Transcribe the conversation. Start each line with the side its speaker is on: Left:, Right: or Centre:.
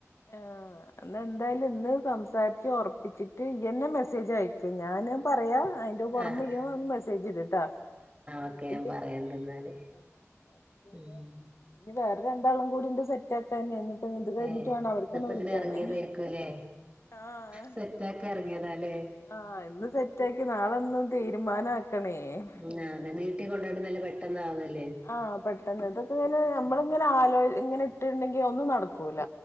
Left: ആഹ് ഇന്നെന്തായാലും ഇന്ന് സംസാരിച്ച് ഒറപ്പിച്ചിട്ട് ഇയ്യെന്നെ മെസേജ് അയക്ക് ഞാന് പറയാ അ യിന് പൊറമേ
Right: ആഹ്
Left: ഇയ്യോന്ന് മെസ്സേജ് ഇട് ട്ടാ ആഹ് ഗ്രൂപ്പില്
Right: ഓക്കെ ഞാൻ പറയണ്ടിന്നാല്
Left: ആഹ് അത്പിന്നെ
Right: ഉം
Left: ഇനി വേറെ രണ്ടാളും കൂടിണ്ട് സെറ്റാക്കാന് ഇന്നിപ്പെഞ്ഞി ഇത് കഴിഞ്ഞി
Right: ഏഹ്
Left: ട്ട് വേണം അവർക്കൊന്ന്
Right: ഇതിപ്പോ
Left: വിളിക്കാന്
Right: ഇതിനെറങ്ങിയതായിരിക്കൂല്ലേ
Left: ആഹ്
Right: സെറ്റാക്കാൻ എറങ്ങിയതാല്ലേ
Left: ആഹ് ഇന്ന് സെ റ്റാക്കി നാളൊന്നു തീരുമാനാക്കണേ.
Right: ഉം
Left: പിന്നെ
Right: ആഹ് അതെ നീട്ടി കൊണ്ടോണെക്കാട്ടിം നല്ലെ പെട്ടന്നാവല്ലേ.
Left: ആഹ് പെട്ടെന്ന് ഇത്പ്പങ്ങനെ നമ്മള്ങ്ങനെ ആലോ ഇങ്ങനെട്ടിണ്ടെങ്കി ഒന്നും നടക്കൂല.